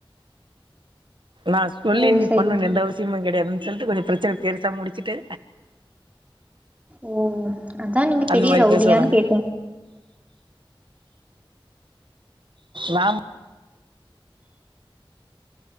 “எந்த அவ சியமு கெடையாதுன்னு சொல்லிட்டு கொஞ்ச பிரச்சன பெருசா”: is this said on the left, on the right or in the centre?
Right